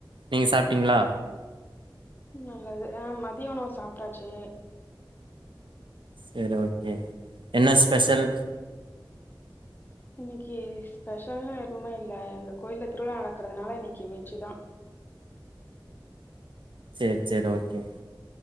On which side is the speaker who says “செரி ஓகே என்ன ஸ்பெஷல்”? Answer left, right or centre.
Right